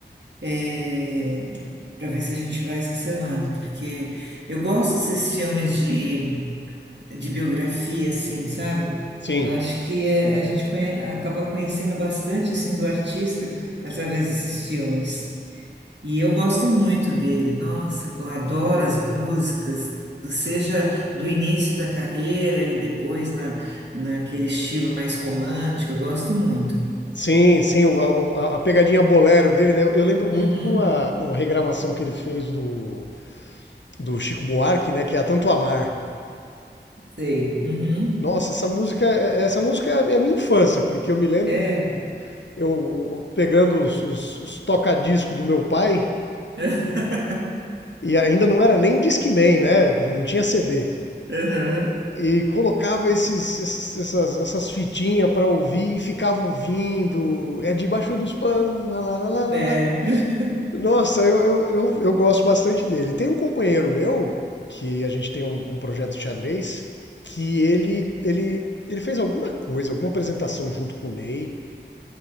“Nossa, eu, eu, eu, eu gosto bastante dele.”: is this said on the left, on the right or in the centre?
Left